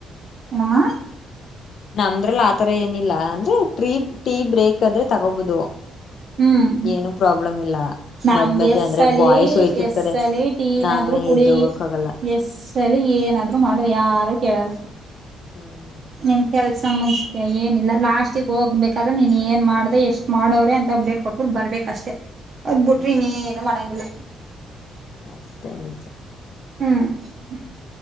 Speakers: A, on the right; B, on the left.
A: ಏನಮ್ಮ
B: ನಮ್ದ್ರಲ್ಲ ಆತರ ಏನಿಲ್ಲ ಅಂದ್ರೆ ಟ್ರೀ ಟೀ ಬ್ರೇಕ್ ಆದ್ರೆ ತಗೋಬೋದು
A: ಹ್ಮ್
B: ಏನು ಪ್ರಾಬ್ಲಮ್ ಇಲ್ಲ
A: ನಮ್ದ್
B: ಮದ್ ಮಧ್ಯೆ
A: ಎಸ್ಸಲಿ
B: ಅಂದ್ರೆ ಬಾಯ್ಸ್ ಹೋಯ್ತಿರ್ತಾರೆ
A: ಎಸ್ಸಲಿ ಟೀನಾದ್ರು
B: ನಾವೇ
A: ಕುಡಿ
B: ಎದ್ದು ಹೋಗಕ್ ಆಗಲ್ಲ
A: ಎಸ್ಟ್ಸಲಿ ಏನಾದ್ರು ಮಾಡ ಯಾರು ಕೇಳಲ್ಲ
B: ಹ್ಮ್
A: ನಿನ್ ಕೆಲ್ಸ ಮುಗ್ ಏನಿಲ್ಲ ಲಾಸ್ಟಿಗೆ ಹೋಗ್ಬೇಕಾದ್ರೆ ನೀನ್ ಏನ್ ಮಾಡ್ದೆ ಎಷ್ಟ್ ಮಾಡೋರೆ ಅಂತ ಅಪ್ಡೇಡ್ ಕೊಟ್ಬುಟ್ ಬರ್ಬೇಕ್ ಅಷ್ಟೇ ಅದ್ಬ್ ಬಿಟ್ರೆ
B: ಹ್ಮ್
A: ಇನ್ನೇನು ಮಾಡಂಗಿಲ್ಲ
B: ಅಷ್ಟೇ ನಿಜ
A: ಹ್ಮ್ <unintelligible>